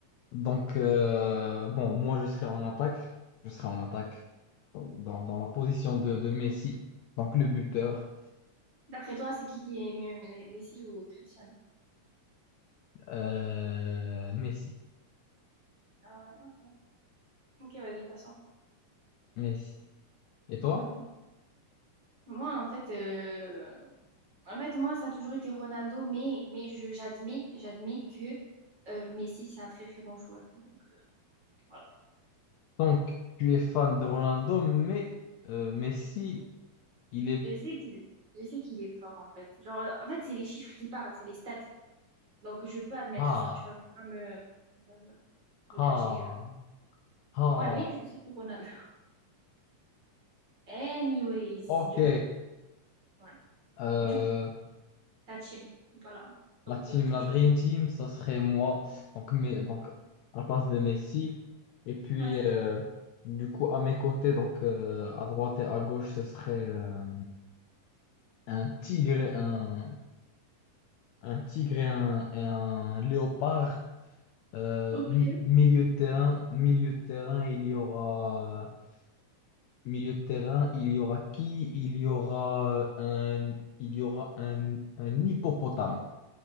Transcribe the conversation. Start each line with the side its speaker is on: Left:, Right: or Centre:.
Left: Donc, euh, bon, moi je serai en attaque. Je serai en attaque dans, dans- dans la position de, de Messi, donc le buteur.
Right: D'après toi, c'est qui qui est mieux, Me- Messi ou Cristiano?
Left: Euh, Messi,
Right: Ah ouais, ok. Ok, vas-y, passons.
Left: Messi. Et toi?
Right: Mhm. Moi, en fait, euh, en fait, moi, ça a toujours été Ronaldo, mais, mais je, j'admets, j'admets que euh, Messi, c'est un très très bon joueur. Donc, euh, voilà.
Left: Donc, tu es fan de Ronaldo, mais euh, Messi, il est...
Right: Je sais qu'il, je sais qu'il est fort, en fait. Genre, en fait, c'est les chiffres qui parlent, c'est les stats. Donc, je peux admettre
Left: Ah,
Right: ça, tu vois, je vais pas me, me,
Left: ah,
Right: me cacher. euh.
Left: ah.
Right: Ouais, mais je suis pour Ronaldo. Anyways,
Left: Ok.
Right: du coup, ouais.
Left: Euh,
Right: Du coup, ta team. Voilà. Donc,
Left: la team,
Right: euh, tu
Left: la
Right: vas choisir.
Left: Dream Team, ça serait moi. Donc, mais, donc à la place de Messi. Et puis,
Right: Ouais, c'est
Left: euh,
Right: toi.
Left: du coup, à mes côtés, donc euh, à droite et à gauche, ce serait euh, un tigre, et un, un tigre et un, et un léopard. Euh,
Right: Ok.
Left: mi- milieu de terrain, milieu de terrain, il y aura... Milieu de terrain, il y aura qui? Il y aura euh, un, il y aura un, un hippopotame.